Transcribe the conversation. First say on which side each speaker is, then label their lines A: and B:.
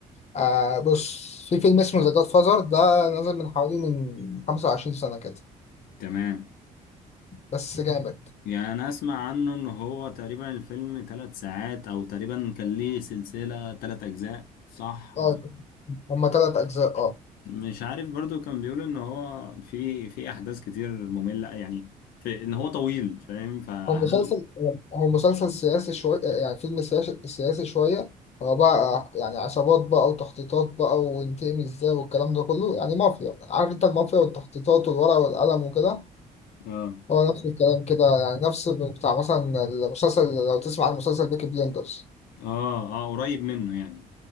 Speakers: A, on the left; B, on the left.
A: آه، بص في فيلم اسمه ذا جاد فازر ده نزل من حوالي من 25 سنة كده
B: تمام
A: بس جامد
B: يعني انا اسمع عنه ان هو تقريبا الفيلم ثلاث ساعات او تقريبا كان ليه سلسلة ثلاث اجزاء صح أو-
A: اه هما تلات اجزاء اه
B: مش عارف برضو كان بيقول ان هو في في احداث كتير مملة يعني في ان هو طويل فاهم فهل
A: هو مسلسل هو مسلسل سياسي شوية يعني فيلم سياسي سياسي شوية هو بقى يعني عصابات بقى وتخطيطات بقى وينتقم ازاي والكلام ده كله يعني مافيا عارف انت المافيا والتخطيطات والورق والقلم وكده
B: اه
A: هو نفس الكلام كده يعني نفس بتاع مثلا المسلسل لو تسمع عن مسلسل بيكي بليندرز
B: اه اه قريب منه يعني